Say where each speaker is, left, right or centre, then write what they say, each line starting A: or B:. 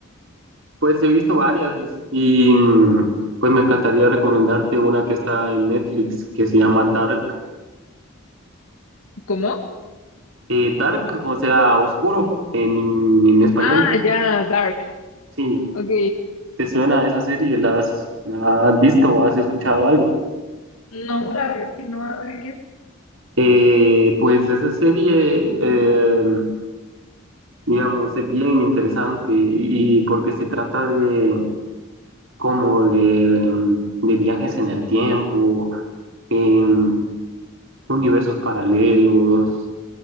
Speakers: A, on the right; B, on the left.
A: Pues he visto varias Luis, y mm, pues me encantaría recomendarte una que está en Netflix que se llama Dark.
B: ¿Cómo?
A: Eh, Dark, o sea, oscuro en, en- en español.
B: Ah, ya, Dark.
A: Sí,
B: Ok.
A: ¿te suena esa serie? ¿La has, la has visto o has escuchado algo?
B: No, la verdad que no, a ver qué es.
A: Eh, pues esa serie, eh, digamos, es bien interesante y, y porque se trata de como de, de viajes en el tiempo, em, universos paralelos,